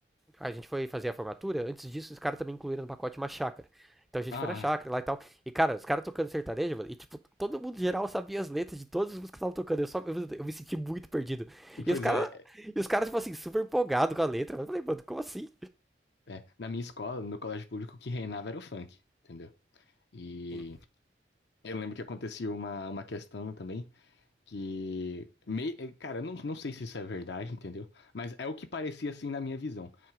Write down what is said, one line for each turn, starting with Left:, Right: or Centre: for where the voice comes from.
Centre: a gente foi fazer a formatura, antes disso os caras também incluíram no pacote uma chácara. Então a gente
Left: Ah,
Centre: foi na chácara lá e tal. E, cara, os caras tocando sertanejo, mano, e tipo, todo mundo geral sabia as letras de todas as músicas que estavam tocando. Eu, só, eu, eu me senti muito perdido. E
Left: pois
Centre: os caras,
Left: é,
Centre: e os caras, tipo assim, super empolgado com a letra. Eu falei, mano, como assim?
Left: é. Na minha escola, no colégio público, o que reinava era o funk, entendeu? E
Centre: Sim,
Left: eu lembro que acontecia uma, uma questão também que. mei- Cara, eu não, não sei se isso é verdade, entendeu? Mas é o que parecia assim na minha visão.